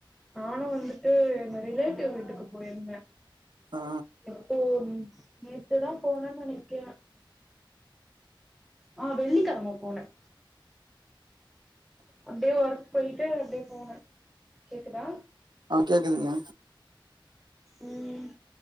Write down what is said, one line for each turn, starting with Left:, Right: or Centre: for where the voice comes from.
Centre: நானு வந்துட்டு எங்க ரிலேட்டிவ் வீட்டுக்கு போயிருந்தே
Right: ஆ
Centre: அப்போ நேத்துதா போனன்னு நெனைக்கிற ஆ வெள்ளிக்கெழம போன அப்டியே ஒர்க் போயிட்டு அப்டியே போன, கேக்குதா
Right: ஆ கேக்குதுங்க
Centre: ம்